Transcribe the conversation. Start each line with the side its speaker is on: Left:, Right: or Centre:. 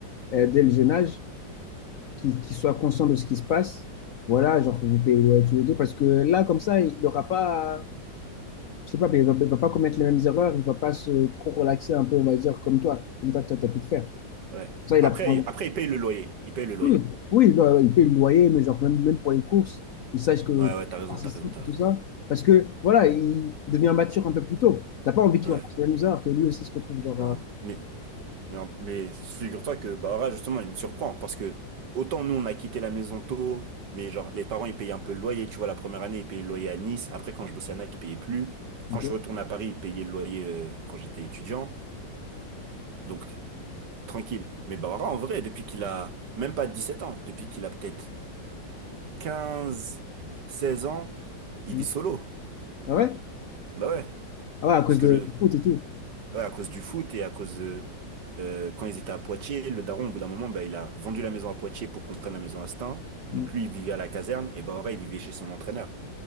Left: euh, dès le jeune âge, qu'il qu'il soit conscient de ce qui se passe. Voilà, genre que vous payez ouais, tous les deux, parce que là, comme ça, il n'aura pas, je sais pas, mais il va, il va pas commettre les mêmes erreurs, il va pas se trop relaxer un peu, on va dire, comme toi, comme toi, toi, t'as pu le faire.
Right: ouais.
Left: Ça, il
Right: Après,
Left: apprend.
Right: il- après, il paye le loyer. Il paye le loyer.
Left: Oui, oui, non, ouais, il paye le loyer, mais genre même, même pour les courses, il sache que
Right: Ouais,
Left: tu
Right: ouais, t'as raison,
Left: participes
Right: t'as raison, t'as
Left: et tout
Right: raison.
Left: ça. Parce que voilà, il devient mature un peu plus tôt. T'as pas envie qu'il
Right: Ouais,
Left: refasse le même erreur, que lui aussi se retrouve genre.
Right: non.
Left: euh,
Right: Mais Mais, en- mais figure-toi que Bahora, justement, il me surprend. Parce que autant nous, on a quitté la maison tôt, mais genre, les parents, ils payaient un peu le loyer. Tu vois, la première année, ils payaient le loyer à Nice. Après, quand je bossais à NAC, ils payaient plus.
Left: ok.
Right: Quand je suis retourné à Paris, ils payaient le loyer euh, quand j'étais étudiant. Donc, tranquille. Mais Bahora, en vrai, depuis qu'il a même pas 17 ans, depuis qu'il a peut-être 15 16 ans, il
Left: Mm.
Right: vit solo.
Left: Ah ouais?
Right: Bah ouais.
Left: Ah ouais, à cause
Right: Parce que
Left: de
Right: le,
Left: du foot et tout.
Right: Ouais, à cause du foot et à cause euh, euh, quand ils étaient à Poitiers, le daron, au bout d'un moment, bah, il a vendu la maison à Poitiers pour qu'on prenne la maison à Stains. Donc
Left: Mm.
Right: lui, il vivait à la caserne et Bahoré, il vivait chez son entraîneur.